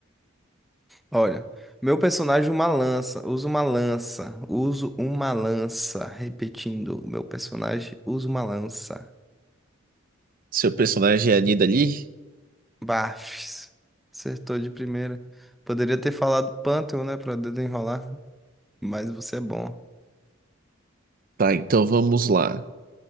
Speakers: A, in the centre; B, on the right.
A: Olha, meu personagem uma lança, usa uma lança, uso uma lança. Repetindo, meu personagem usa uma lança.
B: Seu personagem é a Nidalee?
A: Bafs. Acertou de primeira. Poderia ter falado Pantheon, né, pra desenrolar, mas você é bom.
B: Tá, então vamos lá.